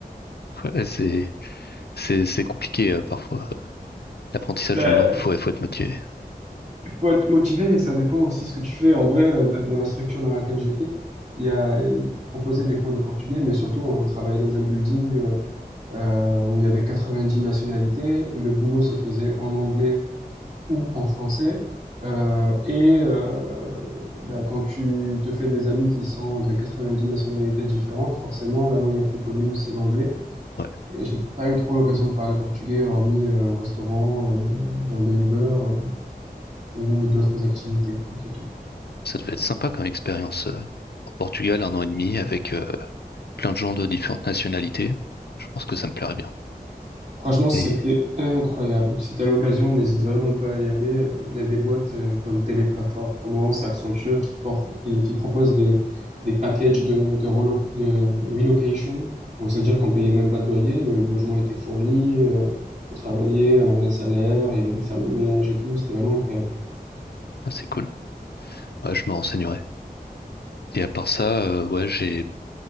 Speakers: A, on the left (about 85°); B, on the right (about 50°).
A: Ouais, c'est c'est c'est compliqué euh, parfois. euh, L'apprentissage
B: Ben,
A: d'une langue, faut faut être motivé.
B: il faut être motivé, ça dépend aussi ce que tu fais. En vrai, euh, dans la structure dans laquelle j'étais, il y a ils proposaient des cours de portugais, mais surtout, on travaillait dans un building euh, euh, où il y avait 90 nationalités. Le boulot se faisait en anglais ou en français. Euh, et euh, ben, quand tu te fais des amis qui sont de 90 nationalités différentes, forcément, la langue la plus commune, c'est l'anglais.
A: Ouais,
B: Et j'ai pas eu trop l'occasion de parler portugais, hormis euh, au restaurant, euh, dans des Uber euh, ou d'autres activités, quoi, c'est tout.
A: ça devait être sympa comme expérience. euh, Au Portugal, un an et demi avec euh, plein de gens de différentes nationalités. Je pense que ça me plairait bien.
B: Franchement, c'était
A: Et
B: incroyable. Si t'as l'occasion, n'hésite vraiment pas à y aller. Il y a des boîtes euh, comme Téléperformance, Accenture qui, por- qui, qui proposent des, des packages de, de, relo- de relocation. Donc, ça veut dire qu'on payait même pas de loyer, le logement était fourni, euh, on travaillait, on avait un salaire, il y avait des femmes de ménage et tout. C'était vraiment incroyable.
A: ah, c'est cool. Ouais, je me renseignerai. Et à part ça, euh, ouais, j'ai